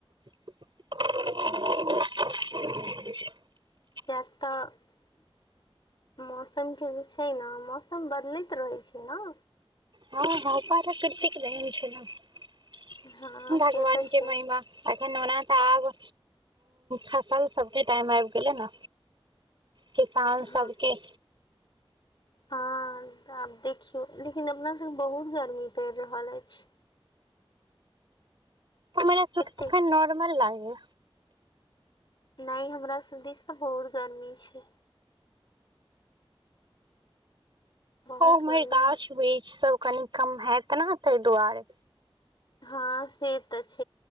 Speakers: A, on the right; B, on the left.
A: <inaudible>
B: तऽ <inaudible> मौसमकेँ जे छै ने मौसम बदलैत रहैत छै ने
A: हँ हँ उपहार कटी के लगेने छैन्ह
B: हँ
A: <unintelligible> भगवान
B: से तऽ
A: केँ
B: छै
A: महिमा एखन ओना तऽब फसल सभकेँ टाइम आबि गेलै ने किसान
B: हँ
A: सबकेँ
B: हँ आब देखियौ लेकिन अपना सभकेँ बहुत गर्मी पड़ि रहल अछि
A: हमरा सुख
B: एते
A: तखन नॉर्मल लागे
B: नहि हमरा दिस तऽ बहुत गर्मी छैक बहुत
A: ह उम्हर
B: गर्मी
A: गाछ
B: ह
A: वृक्ष सब कनि कम है तेनाे ते दुआरे
B: हँ से त छैक